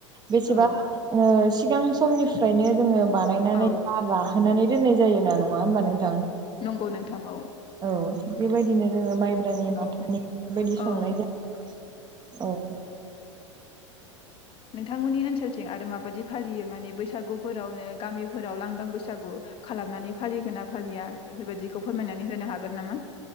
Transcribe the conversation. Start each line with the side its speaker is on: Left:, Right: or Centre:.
Right: बेसेबां
Left: औ
Right: सिगां समनिफ्रायनो जोङो बानायनानै
Left: औ
Right: <unintelligible> होनानै दोननाय जायोना नङा होमबा नोंथां
Left: नंगौ नोंथां औ
Right: औ थिग बेबायदिनो जोङो माइब्रानि माथानि
Left: औ
Right: बेबायदि
Left: औ
Right: संनाय जाय औ
Left: नोंथांमोननि ओनसोलथिं आरो माबायदि फालियो माने बैसागुफोराव गामिफोराव लांदां बैसागु खालामनानै फालिगोन ना फालिया बेफोरबायाददिखौ फोरमायनानै होनो हागोन नामा